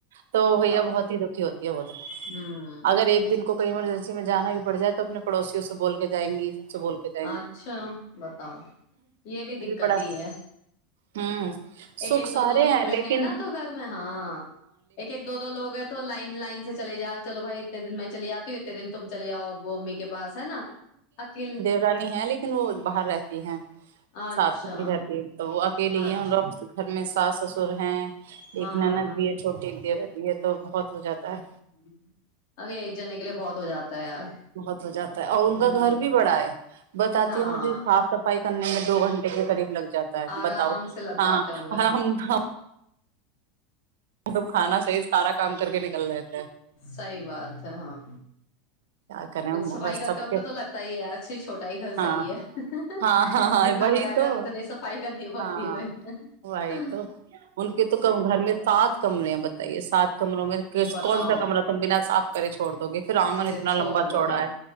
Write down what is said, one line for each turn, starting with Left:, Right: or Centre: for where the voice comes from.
Right: تو
Left: بتاؤ
Right: بھیا بہت ہی دکھی ہوتی ہے
Left: ہوں
Right: اگر ایک دل کو کوئیر اسسی میں جانا بھی پڑ جائے تو اپنے پڑوسیوں سے بول کے جائیں گی اسے بول کے جائیں
Left: اچھا
Right: گے
Left: بتاؤ یہ بھی دقت
Right: بڑا
Left: ہی ہے
Right: ہوں
Left: ایک
Right: سکھ
Left: ایک
Right: سارے
Left: دو دو لوگ
Right: لیکن
Left: ہیں نا تو گھر میں ہاں ایک ایک دو دو لوگ ہیں تو لائن لائن اے چل جا چلو بھائی اتنے دن میں چلی آتی ہوں اتنے دن تم چلے جاؤ ابو امی کے پاس ہے نا اکیلے
Right: انی ہے لیکن وہ باہر رہتی ہے
Left: اچھا
Right: ساتھ میں بھی رہتی تو وہ۔
Left: اچھا
Right: <unintelligible> میں ساس سسر ہیں۔
Left: ہاں
Right: ایک نند
Left: ہاں ہاں
Right: بھی ہے چھوٹے دیور یہ تو بہت ہو جاتا ہے۔
Left: <inaudible> ایک جنے کے لیے بہت ہو جاتا ہے یار
Right: بہت ہو جاتا ہے اور ان
Left: ہوں
Right: کا گھر بھی بڑا ہے بتاتی
Left: ہاں
Right: ہے مجھے صاف صفائی کرنے میں دو گھنٹے کے قریب لگ جاتا ہے
Left: آرام
Right: بتاؤ
Left: سے لگ
Right: ہاں۔
Left: جاتے ہوں گے
Right: تم کھانا صحیح پھر سارا کام کر کے نک <unintelligible>
Left: صحی بات ہے ہاں۔
Right: کریں
Left: صفائی
Right: بس
Left: کرتے
Right: سب
Left: وقت
Right: کے
Left: تو لگتا ہی ہے اچھا ہی چھوٹا گھر
Right: ہاں
Left: صحیح ہے
Right: ہاں ہاں ہاں
Left: جتنا
Right: وہی
Left: بڑا
Right: تو
Left: گھر اتنی صفائی کرنی پڑتی
Right: ہاں
Left: ہے پھر۔
Right: وہی تو ان کے تو کم گھر میں سات کمرے ہیں بتائیے سات کمروں میں
Left: بتاؤ
Right: کون سا کمرہ تم بنا صاف <inaudible> چوڑ دو گے پھر آنگن
Left: کہ
Right: اتنا
Left: چھوڑ
Right: لمبا
Left: دو
Right: چوڑا
Left: گے
Right: ہے۔